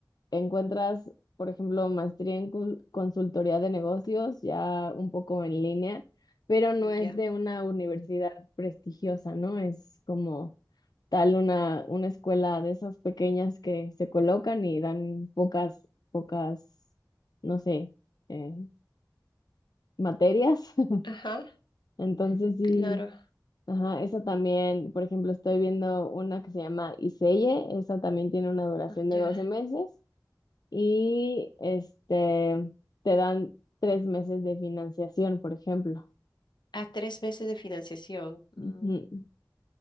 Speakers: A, on the left; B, on the left.
A: encuentras, por ejemplo, maestría en cul- consultoría de negocios ya un poco en línea, pero no es
B: ya.
A: de una universidad prestigiosa, ¿no? Es como tal una, una escuela de esas pequeñas que se colocan y dan pocas, pocas, no sé, eh, materias. <laughs>
B: Ajá,
A: Entonces sí,
B: claro,
A: ajá, esa también, por ejemplo, estoy viendo una que se llama Iseye, esa también tiene una duración
B: Mm,
A: de
B: ya.
A: 12 meses y este, te dan tres meses de financiación, por ejemplo.
B: A tres meses de financiación. Mm,
A: Ujú.